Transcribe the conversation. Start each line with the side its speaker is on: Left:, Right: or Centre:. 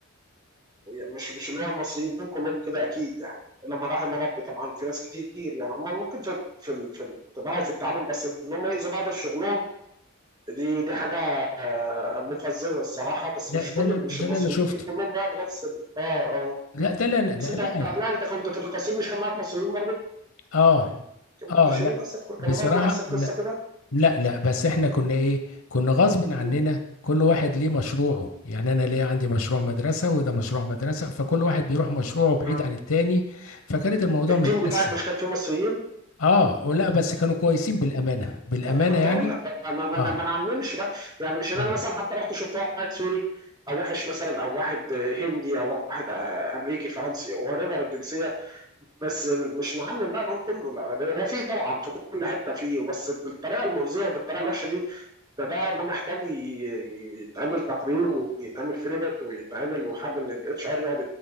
Right: مش مش اللي هو المصريين كلهم كده اكيد يعني الا ما رحم ربي طبعا في ناس كتير يعني هم ممكن في في ال- في الطباع وفي التعامل بس ان هم يأذوا بعض في شغلهم دي دي حاجه آه، مقززه الصراحه بس
Left: ده
Right: مش كل
Left: ده اللي-
Right: مش
Left: ده
Right: المصريين
Left: اللي انا شفته
Right: كلهم بقى بنفس ال- اه آه.
Left: لا ده اللي انا ده
Right: بس انت
Left: لا انا
Right: قبلها انت كنت في القصيم مش كان معاك مصريين برضه
Left: اه
Right: كانوا
Left: اه
Right: منتشرين
Left: لا
Right: اصلا في كوريا
Left: بصراحه
Right: كانوا برضه نفس القصه
Left: لا
Right: كده
Left: لا لا بس احنا كنا ايه كنا غصب عننا
Right: مم.
Left: كل واحد ليه مشروعه يعني انا ليه عندي مشروع مدرسة وده مشروع مدرسة فكل واحد بيروح مشروعه بعيد
Right: آه.
Left: عن التاني فكانت الموضوع
Right: التيم
Left: متقسم
Right: بتاعك مش كان فيه مصريين
Left: اه ولا بس كانوا كويسين بالأمانة بالأمانة
Right: طيب ما انا
Left: يعني
Right: بقول لك ما ما
Left: اه
Right: ما نعممش بقى يعني مش ان
Left: اه
Right: انا مثلا حتى رحت شفت واحد سوري او وحش مثلا او واحد هندي او واحد آه، امريكي فرنسي او ريفر الجنسيه بس ال- مش نعمم بقى نقول كله لا هو في طبعا في كل حته فيه بس بالطريقه المؤذيه وبالطريقه الوحشه دي ده ده ده محتاج ي- يتعمل تقرير ويتعمل في ريبورت ويتعمل وحد من الاتش ار يقعد